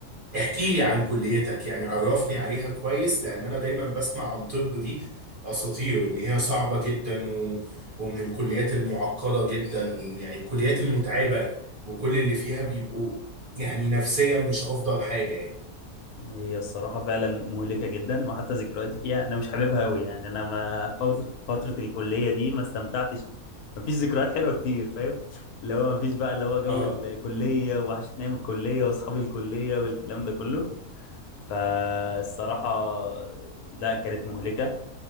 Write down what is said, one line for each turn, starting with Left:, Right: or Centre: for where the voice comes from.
Right: احكي لي عن كليتك يعني عرفني عليها كويس لان انا دايما بسمع عن طب دي اساطير ان هي صعبة جدا و... ومن الكليات المعقدة جدا يعني الكليات المتعبة وكل اللي فيها بيبقوا يعني نفسيا مش افضل حاجة يعني
Left: هي الصراحة فعلا مهلكة جدا وحتى ذكرياتي فيها أنا مش حاببها أوي يعني أنا ما فر- فترة الكلية دي ما استمتعتش مفيش ذكريات حلوة كتير فاهم اللي هو مفيش بقى اللي هو جو
Right: اه
Left: الكلية وحشتني أيام الكلية وأصحاب الكلية والكلام ده كله فالصراحة لا كانت مهلكة